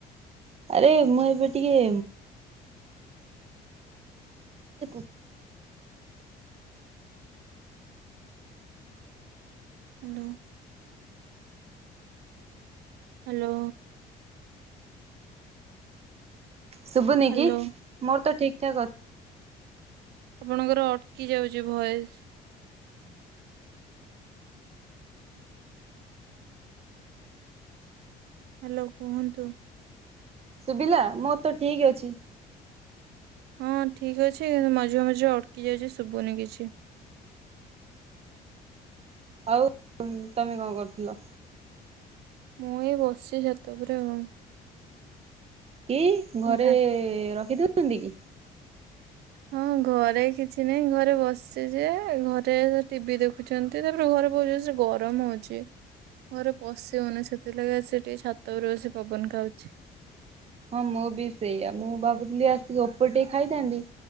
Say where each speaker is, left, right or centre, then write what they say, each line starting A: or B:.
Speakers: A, on the right (about 35°); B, on the right (about 75°).
A: ଆରେ ମୁଁ ଏବେ ଟିକେ <unintelligible>
B: ହ୍ୟାଲୋ। ହ୍ୟାଲୋ।
A: ଶୁଭୁନି
B: ହ୍ୟାଲୋ।
A: କି ମୋର ତ ଠିକ ଠାକ୍ ଅ
B: ଆପଣଙ୍କର ଅଟକି ଯାଉଛି ଭଏସ୍। ହ୍ୟାଲୋ କୁହନ୍ତୁ।
A: ଶୁଭିଲା? ମୋର ତ ଠିକ ଅଛି।
B: ହଁ ଠିକ୍ ଅଛି କିନ୍ତୁ ମଝିରେ ମଝିରେ ଅଟକି ଯାଉଛି ଶୁଭୁନି କିଛି।
A: ଆଉ ତମେ କଣ କରୁଥିଲ?
B: ମୁଁ ଏଇ ବସିଛି ଛାତ ଉପରେ ଆଉ।
A: କି
B: କଣ
A: ଘରେ
B: ଖା
A: ରଖି <unintelligible> କି?
B: ହଁ ଘରେ କିଛି ନାହିଁ, ଘରେ ବସିଛି ଯେ ଘରେ ଟିଭି ଦେଖୁ ଛନ୍ତି। ତାପରେ ଘରେ ବହୁତ ଜୋରସେ ସେ ଗରମ ହଉଛି। ଘରେ ପଶିିହଉନି ସେଥିଲାଗି ଆସି ଟିକେ ଛାତରେ ସେ ପବନ ଖାଉଛି।
A: ହଁ ମୁଁ ବି ସେଇଆ। ମୁଁ ଭାବୁଥିଲି ଆସିକି ଓପରେ ଟିକେ ଖାଇଥାନ୍ତି